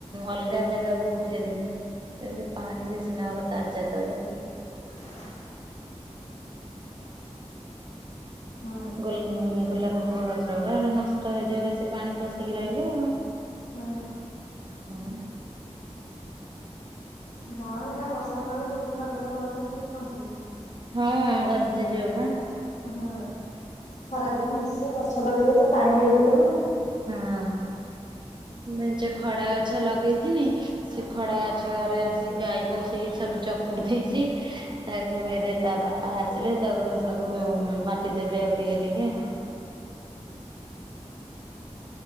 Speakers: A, on the right; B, on the left.
A: ଅଲଗା ଜାଗାକୁ ଉଠେଇ ଦେମି। ଯେମିତି ପାଣି ବେଶୀ ଦିନେ ହବ ତାଜା ତଳରେ।
B: <inaudible> ହୁଁ
A: ଗୋଲ ଗୋଲାପ ଫୁଲ ଗଛ ଗୁଡା ନଷ୍ଟ ହେଇଯିବ ବେଶୀ ପାଣି ପଶିକି ରହିଲେ।
B: ହଁ।
A: ହୁଁ।
B: ହଁ ଏଇନା ବର୍ଷା ପାଗ ଯୋଉଠି ଲଗେଇଦବ ଗଛ ସେଇଠି ପଞ୍ଚେଇଯିବ।
A: ହଁ ଗଞ୍ଚି ଯିବା ବା।
B: ହଁ ଖରା ଦିନ ହେଇଛି ଯେ ଗଛ ଲଗେଇବ ତାକୁ ପାଣି ବୁହାଇକି ଦବ।
A: ହଁ ମେଞ୍ଚେ ଖଡା ଗଛ ଲଗେଇଥିନି। ସେ ଖଡା ଗଛରେ ଆସି ଗାଈ ପସିକି ସବୁ ଚକୁଡି ଦେଇଛି। ତାକୁ ଫେରେ ତା ବାପା ଆସିଲେ ତାକୁ ସବୁ ମାଟି ଦେବେ ଆଉ ଟିକେ ଟିକେ।